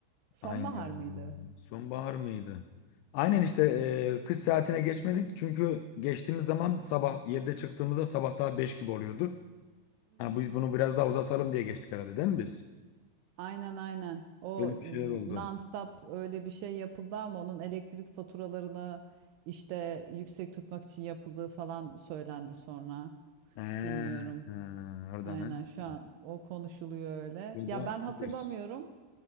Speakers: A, on the right; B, on the left.
A: Sonbahar
B: Hangi ay ya?
A: mıydı?
B: Sonbahar mıydı? Aynen işte e, kış saatine geçmedik. Çünkü geçtiğimiz zaman sabah 7'de çıktığımızda sabah daha 5 gibi oluyordu.
A: Hı
B: Ha,
A: hı.
B: biz bunu biraz daha uzatalım diye geçtik herhalde değil mi biz?
A: Aynen aynen. O
B: Böyle
A: y-
B: bir şeyler oldu.
A: non-stop öyle bir şey yapıldı ama onun elektrik faturalarını işte yüksek tutmak için yapıldığı falan söylendi sonra.
B: He, he,
A: Bilmiyorum.
B: oradan
A: Aynen
B: ha.
A: şu an o konuşuluyor öyle.
B: Bu
A: Ya
B: da
A: ben hatırlamıyorum.
B: bir.